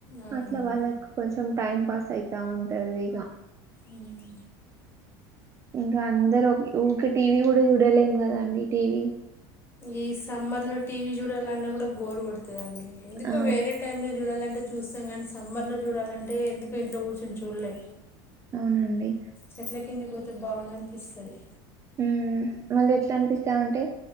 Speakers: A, on the left; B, on the right.
A: అవునండి
B: అట్లా వాళ్ళకి కొంచెం టైం పాస్ సైతా ఉంటది ఇక
A: ఉమ్.
B: ఇంకా అందరు ఊకే టీవీ కూడా చూడలేం కదా అండి టీవీ
A: ఈ సమ్మర్ లో టీవీ చూడ చూడాలన్నా కూడా బోర్ కొడతుంది ఎందుకో
B: ఆ
A: వేరే టైమ్ లో చూడాలంటే చూస్తాం కానీ సమ్మర్లో చూడాలంటే ఎందుకు ఇంట్లో కూర్చొని చూడలే
B: అవునండి
A: చెట్ల కింది పోతే బాగుందినిపిస్తది
B: మ్ మళ్ళీ ఎట్లా అనిపిస్తామంటే,